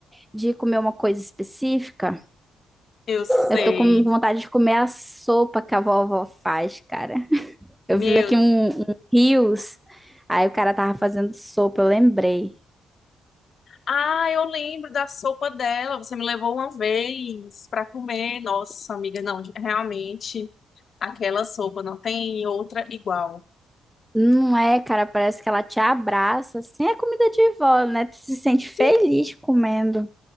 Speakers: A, in the centre; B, on the left.
A: de comer uma coisa específica?
B: Eu sei.
A: Eu tô com vontade de comer a sopa que a vovó faz, cara. Eu
B: Meu,
A: vi aqui um, um Reels, aí o cara tava fazendo sopa, eu lembrei.
B: ah, eu lembro da sopa dela. Você me levou uma vez pra comer. Nossa, amiga, não, realmente aquela sopa não tem outra igual.
A: Não é, cara, parece que ela te abraça, assim, é comida de vó, né? Tu se sente feliz
B: Sim.
A: comendo.